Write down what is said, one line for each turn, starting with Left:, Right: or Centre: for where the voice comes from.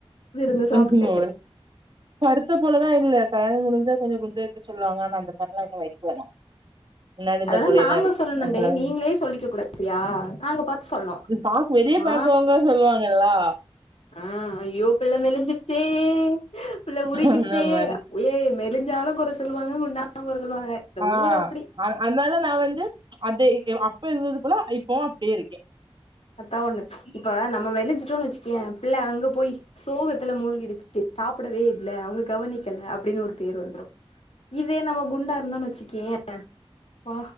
Left: விருந்து
Right: வைக்கணு
Left: சாப்பிட்டு
Right: ஒரு பருத்த போலதா இல்ல கல்யாண முடிஞ்சா கொஞ்சோ குண்டு வைப்ப சொல்லுவாங்க ஆனா அந்த மாரிலா எது வைக்கல நா முன்னாடி இருந்த
Left: அததா
Right: போலயேதா
Left: நாங்க
Right: இருக்கே
Left: சொல்லணுன்டே
Right: அதனால
Left: நீங்களே சொல்லிக்க கூடாது சரியா நாங்க பாத்து சொல்ணு
Right: பாக் வெளிய பாக்றவங்க
Left: ஆ
Right: சொல்லுவாங்கலா
Left: ஆ, ஐயோ பிள்ள மெலிஞ்சிருச்சே புள்ள உருகிடுச்சே,
Right: அந்த மாரி
Left: ஏய் மெலிஞ்சாலு கொற சொல்லுவாங்க குண்டானாலு கொற சொல்லுவாங்க இந்த
Right: ஆ
Left: ஊர் அப்டி
Right: அது அதனால நா வந்து அப்டியே அப்ப இருந்ததுப்போல இப்பவு அப்டியே இருக்கே
Left: அதா ஒண்ணு இப்ப நம்ம வெளஞ்சிட்டோன்னு வச்சுக்கயே பிள்ள அங்க போய் சோகத்துல மூழ்கிடுச்சி சாப்டவே இல்ல அவங்க கவனிக்கல அப்டின்னு ஒரு பேர் வந்துரு இதே நம்ம குண்டா இருந்தோன்னு வச்சுக்கேயே ஆ